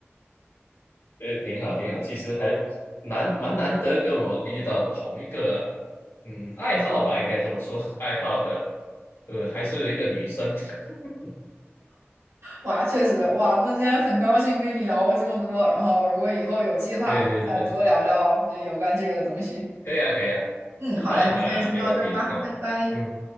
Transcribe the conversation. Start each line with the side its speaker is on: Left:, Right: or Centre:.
Left: 呃，挺好挺好，其实还难蛮难得跟我遇到同一个嗯爱好吧，应该这么说，爱好的，呃，还是一个女生，<laughs>
Right: 哇，确实，哇，那今天很高兴跟你聊这么多，然后如果以后有计划，
Left: 对对对对对，
Right: 可以再多聊聊这有关这个的东西。
Left: 可以啊可以啊，
Right: 嗯，好嘞，
Left: 好呀好呀，
Right: 那今天先到这儿吧，
Left: 没问题，好，
Right: 拜拜。
Left: 嗯，